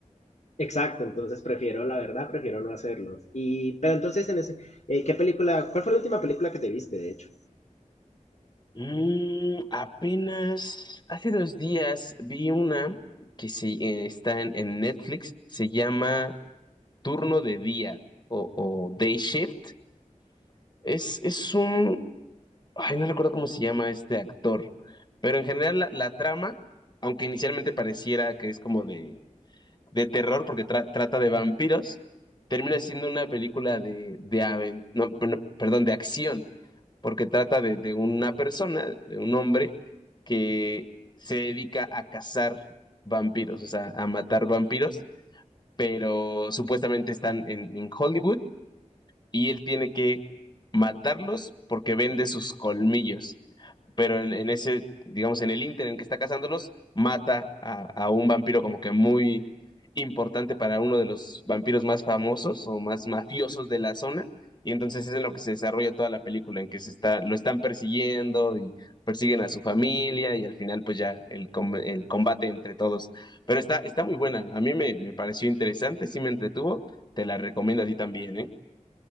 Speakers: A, on the left; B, on the left.
A: Exacto, entonces prefiero, la verdad, prefiero no hacerlo. Y, pero entonces, en ese, eh, ¿qué película, cuál fue la última película que te viste, de hecho?
B: Mm, apenas hace dos días vi una que se, eh, está en, en Netflix, se llama Turno de Día o, o Day Shift. Es, es un, ay, no recuerdo cómo se llama este actor, pero en general la, la trama, aunque inicialmente pareciera que es como de de terror porque tra- trata de vampiros, termina siendo una película de, de aven- no, bueno, perdón, de acción, porque trata de, de una persona, de un hombre que se dedica a cazar vampiros, o sea, a matar vampiros, pero supuestamente están en, en Hollywood y él tiene que matarlos porque vende sus colmillos pero en, en ese, digamos, en el ínter en que está cazándolos, mata a, a un vampiro como que muy importante para uno de los vampiros más famosos o más mafiosos de la zona. Y entonces es en lo que se desarrolla toda la película, en que se está, lo están persiguiendo y persiguen a su familia y al final pues ya el, com- el combate entre todos. Pero está, está muy buena, a mí me, me pareció interesante, sí me entretuvo, te la recomiendo a ti también, ¿eh?